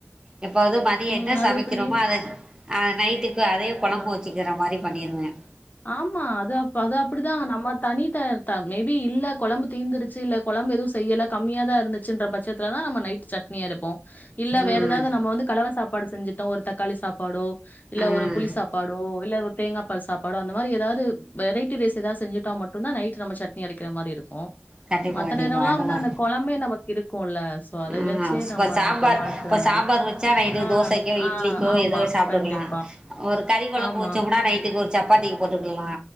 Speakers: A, on the right; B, on the left.
A: எப்பவாது மதியோ
B: ம்
A: என்ன சமக்கிறமோ
B: அது எப்டி?
A: அத ஆ நைட்டுக்கு அதே கொழம்ப
B: ஆ.
A: வச் சிக்கிற மாரி பண்ணிருவே
B: ஆமா அது அப் அது அப்டிதா நம்ம தனி தர்தா மேபி இல்ல கொழம்பு தீந்துருச்சி இல்ல கொழம்பு எதுவு செய்யல கம்மியதா இருந்துச்சின்ற பட்சத்துலதா நம்ம நைட் சட்னி அரைப்போ இல்ல
A: ம்
B: வேற ஏதாவது நம்ம வந்து கலவ சாப்பாடு செஞ்சுட்டோ ஒரு தக்காளி சாப்பாடோ இல்ல
A: ம்
B: ஒரு புளி சாப்பாடோ இல்லவ் தேங்கா பால் சாப் பாடோ அந்த மாரி எதாது வெரைட்டி ரைஸ் எதாவ் செஞ்சுட்டா மட்டுந்தா நைட்டு நம்ம சட்னி அரைக்கிற மாரி இருக்கு.
A: கண்டிப்பா
B: மத்த
A: கண்டிப்பா
B: நேரோ எல்லா
A: அதுவா
B: வந்து அந்த கொழம்பே நமக்கு இருக்குல்ல சோ அதைய
A: ம்
B: வெச்சே
A: இப்ப
B: நம்ம
A: சாம்பார்
B: சமாளிச்சற
A: இப்ப
B: வேண்டி
A: சாம்பார் வச்சா நைட்டு
B: ஆ
A: தோசைக்கோ இட்லிக்கோ
B: ஆ ஆமா
A: ஏதோ சாப்ட்டுக்கலா
B: கண்டிப்பா.
A: ஒரு கறி கொழம்பு
B: ஆமா.
A: வெச்சாக்கூட நைட்டுக் ஒரு சப்பாத்திக் போட்டுக்கல்லா.